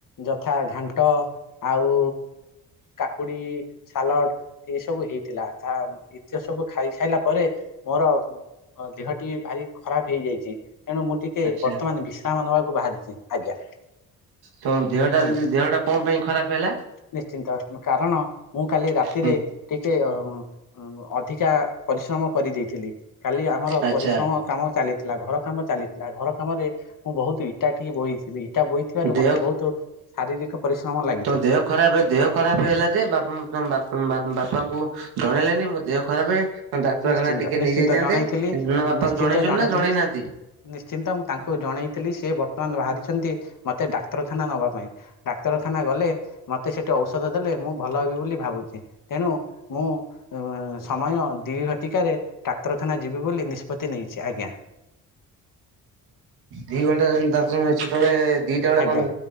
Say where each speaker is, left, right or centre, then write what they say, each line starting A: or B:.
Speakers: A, on the left; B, on the right.
A: ଯଥା ଘଣ୍ଟ ଆଉ କାକୁଡି ସାଲଡ ଏସବୁ ହେଇଥିଲା ତା ଇତିହ ସବୁ ଖାଇସାଇିଲା ପରେ ମୋର ଦେହଟି ଭାରି ଖରାପ ହେଇଯାଇଛି ତେଣୁ ମୁଁ ଟିକେ ଟେ
B: ଆଚ୍ଛା
A: ବର୍ତ୍ତମାନ ବିଶ୍ରାମ ନେବାକୁ ବାହାରିଛି ଆଜ୍ଞା
B: ତମ ଦେହଟା
A: କୁହନ୍ତୁ।
B: ଯଦି ଦେହଟା କଣ ପାଇଁ ଖରାପ ହେଲା
A: ନିଶ୍ଚିନ୍ତ କାରଣ ମୁଁ କାଲି ରାତିରେ
B: ହୁଁ
A: ଟିକେ ଅ ଅଧିକା ପରିଶ୍ରମ କରି ଦେଇେଇଥିଲି କାଲି ଆମର
B: ଆଚ୍ଛା
A: ପରିଶ୍ରମ କାମ ଚାଲି ଥିଲା ଘର କାମ ଚାଲିଥିଲା ଘର କାମରେ ମୁଁ ବହୁତ ଇଟା ଟିକଏ ବୋହିଥିଲି ଟା ବୋଇଥିବାରୁ
B: ଦେହ
A: ମୋତେ ବହୁତ ଶାରୀରିକ ପରିଶ୍ରମ ଲାଗେ
B: ତମ ଦେହ ଖରାପ ଏ ଦେହ ଖରାପ ହେଲା ଯେ ବାପା ବାପାଙ୍କୁ ଜଣେଇଲେନି ମୋ ଦେହ ଖରାପ ହ ହଁ ଡାକ୍ତରଖାନା
A: ନିଶ୍ଚିନ୍ତ
B: ଟିକେ
A: ନିଶ୍ଚିନ୍ତ
B: ନେଇଯାଇଥାନ୍ତ
A: ଜଣେଇଥିଲି
B: ନ ବାପା
A: ନିଶ୍ଚିନ୍ତ
B: କଙ୍କୁ ଜଣେଇଛନ୍ତି
A: ଜଣେଇଥିଲି
B: ନା ଜଣେଇନାହାନ୍ତି
A: ନିଶ୍ଚିନ୍ତ ମୁଁ ତାଙ୍କୁ ଜଣେଇଥିଲି ସିଏ ବର୍ତ୍ତମାନ ବାହାରିଛନ୍ତି ମୋତେ ଡାକ୍ତରଖାନା ନେବା ପାଇଁ ଡାକ୍ତରଖାନା ଗଲେ ମତେ ସେଠି ଔଷଧ ଦେଲେ ମୁଁ ଭଲ ହେବି ବୋଲି ଭାବୁଛି ତେଣୁ ମୁଁ ସମୟ ଦୁଇ ଘଟିକାରେ ଡାକ୍ତରଖାନା ଯିବି ବୋଲି ନିଷ୍ପତ୍ତି ନେଇଛି ଆଜ୍ଞା
B: ଦି ଘଣ୍ଟା ାକ୍ତାନ ସେତେବେଳେ ଦିଟା ବେଳେ
A: ଆଜ୍ଞା
B: କ